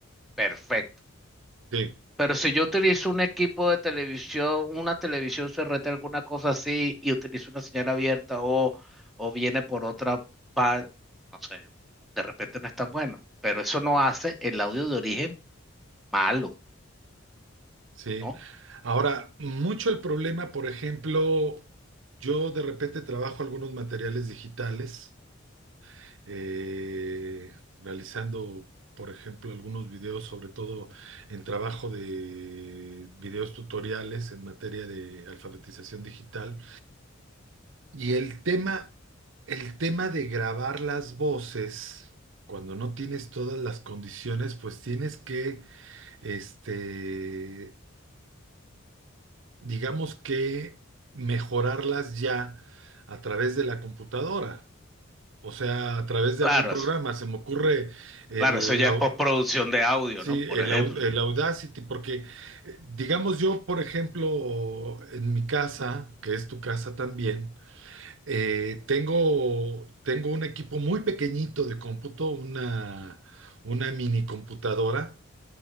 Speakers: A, in the centre; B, on the right.
A: perfecta.
B: sí.
A: Pero si yo utilizo un equipo de televisión, una televisión CRT, alguna cosa así, y utilizo una señal abierta o, o viene por otra, pa- no sé, de repente no es tan bueno. Pero eso no hace el audio de origen malo,
B: Sí.
A: ¿no?
B: Ahora, mucho el problema, por ejemplo, yo de repente trabajo algunos materiales digitales, eh, realizando, por ejemplo, algunos videos, sobre todo en trabajo de videos tutoriales en materia de alfabetización digital. Y el tema, el tema de grabar las voces. Cuando no tienes todas las condiciones, pues tienes que, este, digamos que mejorarlas ya a través de la computadora, o sea, a través de
A: Claro,
B: algún programa.
A: eso-
B: Se me ocurre el,
A: claro, eso ya
B: au-
A: es postproducción de audio,
B: sí,
A: ¿no? Por
B: el,
A: ejemplo,
B: au- el Audacity, porque eh, digamos yo, por ejemplo, en mi casa, que es tu casa también, eh, tengo, tengo un equipo muy pequeñito de cómputo, una, una mini computadora